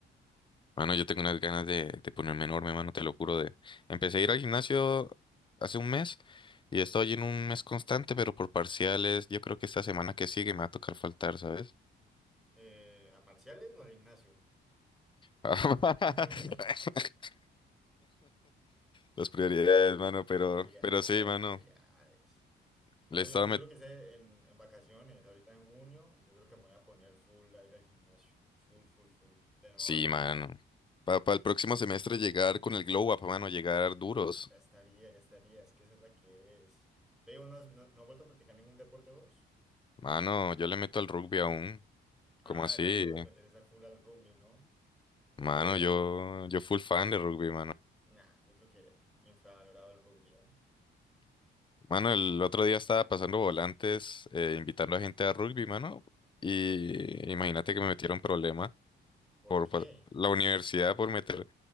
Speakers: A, on the left; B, in the centre.
A: Mano, yo tengo unas ganas de, de ponerme enorme, mano, te lo juro. De... Empecé a ir al gimnasio hace un mes y he estado yendo un mes constante, pero por parciales, yo creo que esta semana que sigue me va a tocar faltar, ¿sabes?
B: Eh, ¿a parciales o al gimnasio?
A: <laughs>
B: <laughs>
A: Las prioridades, mano, pero,
B: Prioridades,
A: pero sí, mano.
B: prioridades. No,
A: Le estaba
B: yo, yo
A: met-
B: creo que sé en, en vacaciones, ahorita en junio, yo creo que me voy a poner full a ir al gimnasio. Full, full, full. De nuevo
A: Sí,
B: a retomar.
A: mano. Para el próximo semestre llegar con el glow up, mano, llegar duros.
B: Ya estaría, ya estaría. Es que esa es la que es. Veo, no, has- no, no has vuelto a practicar ningún deporte vos.
A: Mano, yo le meto al rugby aún.
B: Ah,
A: como así?
B: ¿verdad que vos le metes esa full al rugby, no? Es
A: Mano,
B: que,
A: yo, yo full fan de rugby, mano.
B: nah, yo creo que infravalorado el rugby, ¿eh?
A: Mano, el otro día estaba pasando volantes, eh, invitando a gente a rugby, mano. Y imagínate que me metieron problema
B: ¿Por
A: por
B: qué?
A: pa- la universidad por meter,